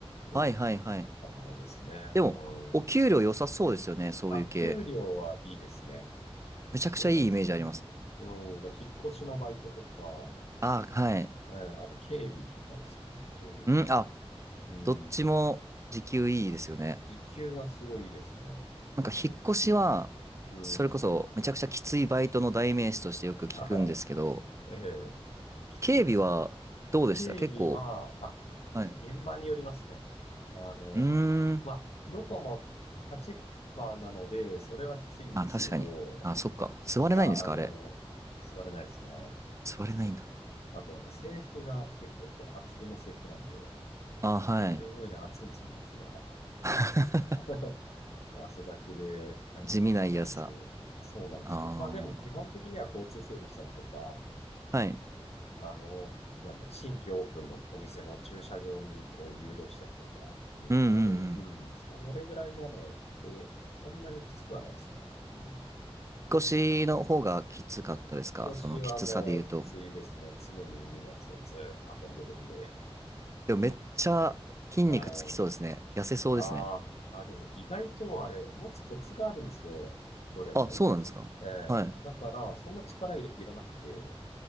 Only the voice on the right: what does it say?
はいはいはい。
でも、
お給料良さそうですよね、そういう系。
めちゃくちゃいいイメージありますね。
あ、はい。
うん、あ、
どっちも時給いいですよね。
なんか引っ越しは、
それこそめちゃくちゃきついバイトの代名詞としてよく聞くんですけど、
警備はどうでした結構。
はい。
うーん。
あ、確かに。あ、そっか。座れないんですかあれ。
座れないんだ。
あ、はい。
<laughs>
地味な嫌さ。
あ
あ。はい。
うんうんうん。
引っ
越しの方がきつかったですかそのきつさで言うと。
でもめっちゃ筋肉つきそうですね。
痩せそうですね。
あ、そうなんですかはい。